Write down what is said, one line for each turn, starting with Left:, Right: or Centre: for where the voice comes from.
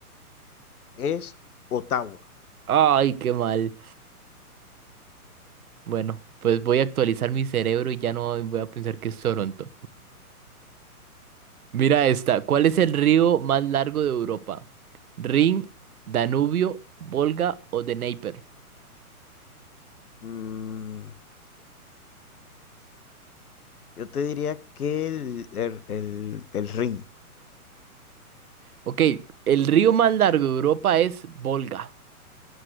Left: Es Ottawa.
Right: Ay, qué mal. Bueno, pues voy a actualizar mi cerebro y ya no voy a pensar que es Toronto. Mira esta, ¿cuál es el río más largo de Europa? ¿Rin, Danubio, Volga o Dnieper?
Left: Mm, yo te diría que el el el el Rin.
Right: Ok, el río más largo de Europa es Volga.